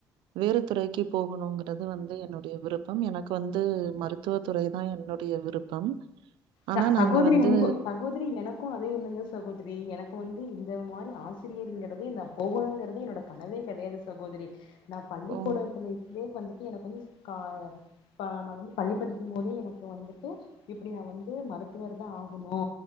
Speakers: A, on the right; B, on the left.
A: வேறு துறைக்கு போகணுங்கிறது வந்து என்னுடைய விருப் பம் எனக்கு வந்து மருத்துவ துறைதா என்னுடைய விருப்பம் ஆனா
B: ச
A: நாங்க
B: சகோதரி
A: வந்து
B: உங்க சகோதரி எனக்கு அதே எண்ணந்தா சகோதரி எனக்கு வந்து இந்த மாரி ஆசிரியருங்கிறதே நா போகணுங்கிறதே என்னோட கனவே கெடையாது சகோதரி நா பள்ளிக்கூடத்துல
A: ஓ!
B: இருந்தே வந்துட்டு எனக்கு வந்து கா பா நா வந்து பள்ளி படிக்கும் போதே எனக் போ வந்துட்டு இப்டி நா வந்து மருத்துவர்தா ஆகணு